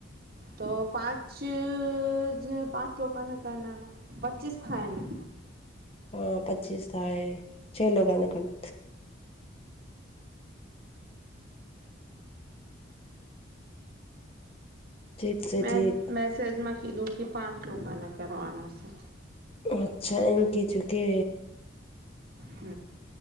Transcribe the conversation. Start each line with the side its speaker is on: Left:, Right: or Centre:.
Right: તો પાંચ અ જે પાંચ લોકાને કરના પચીસ થાય
Left: હ
Right: ને
Left: હન પચીસ થાય છે. લોકોને ખડ ઠીક છે
Right: મે
Left: ઠીક
Right: મેસજમા કીધુ કે પાંચ લોકોને કરવાના છે.
Left: અચ્છા એમ કીધુ કે
Right: હ